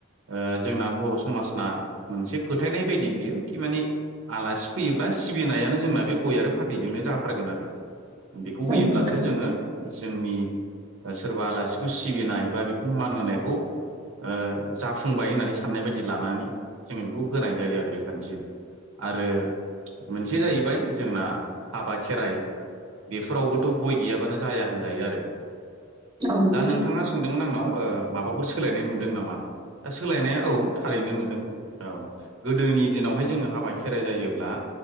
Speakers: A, on the right; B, on the right.
A: ओ जोंना बर' समाजना मोनसे फोथायनाय बायदि बियोखि माने आलासि फैयोब्ला सिबिनायानो जोंना बे गय आरो फाथैजोंनो जाथारगोन आरो। बेखौ होयोब्लासो
B: औ नोंथां
A: जोङो जोंनि ओ सोरबा आलासिखो सिबिनाय बा बेखौ मान होनायखौ ओ जाफुंबाय होननानै साननाय बायदि लानानै जोङो बेखौ होनाय जायो आरो बे खान्थिजों। आरो मोनसे जाहैबाय जोंना हाबा खेराइ बेफोरावबोथ' गय गैयाबानो जाया होनजायो आरो।
B: औ नोंथां
A: दा नोंथाङा सोंदोंमोन आंनाव ओ माबाफोर सोलायनाय नुदों नामा दा सोलायनाया औ थारैनो नुदों गोदोनि दिनावहाय जोङो हाबा खेराइ जायोब्ला